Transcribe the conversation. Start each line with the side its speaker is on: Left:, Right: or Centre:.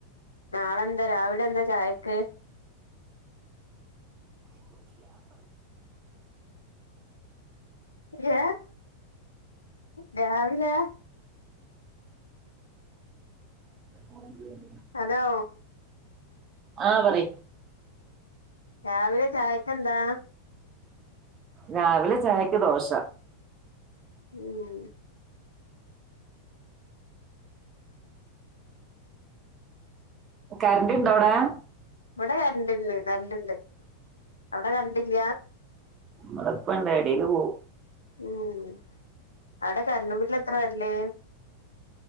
Left: നാളെന്താ രാവിലെ എന്താ ചായക്ക് ഏ രാവില
Right: <inaudible>
Left: അതോ
Right: ആഹ് പറി
Left: രാവിലെ ചായക് എന്താ
Right: രാവിലെ ചായക്ക് ദോശ
Left: ഉം
Right: കറണ്ട് ഇണ്ടോ അവിടേ
Left: ഇവിടെ കറണ്ട് ഇണ്ട് കറണ്ട് ഇണ്ട് അവിടെ കറന്റില്യാ
Right: അടെപ്പ ഇണ്ട് ഇടേൽ പോവും
Left: ഉം അവിടെ കരണ്ട് ബില്ല് എത്ര വരല്